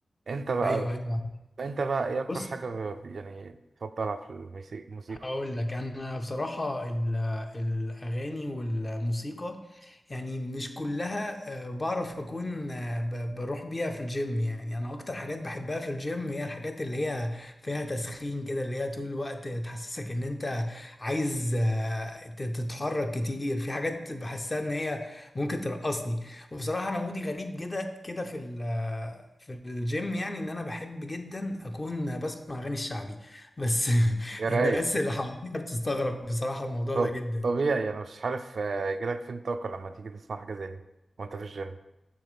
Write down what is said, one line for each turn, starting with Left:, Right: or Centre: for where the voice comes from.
Right: انت بقى
Left: ايوه ايوه
Right: انت بقى ايه اكتر
Left: بص
Right: حاجه ب- يعني بتفضلها في الموسيقى الموسيقى؟
Left: هقول لك انا بصراحه ال- الاغاني والموسيقى يعني مش كلها آه، بعرف اكون آه، ب- بروح بيها في الجيم يعني انا اكتر حاجات بحبها في الجيم هي الحاجات اللي هي فيها تسخين كده اللي هي طول الوقت تحسسك ان انت عايز آه، ت- تتحرك كتير في حاجات بحسها ان هي ممكن ترقصني وبصراحه انا مودي غريب كده كده في ال- آه، في الجيم يعني ان انا بحب جدا اكون بسمع اغاني الشعبي بس <laughs>
Right: يا رايق
Left: الناس اللي حواليا بتستغرب بصراحة الموضوع
Right: طب-
Left: ده جدا
Right: طبيعي انا مش عارف آه، يجيلك فين طاقه لما تيجي تسمع حاجه زي دي وانت في الجيم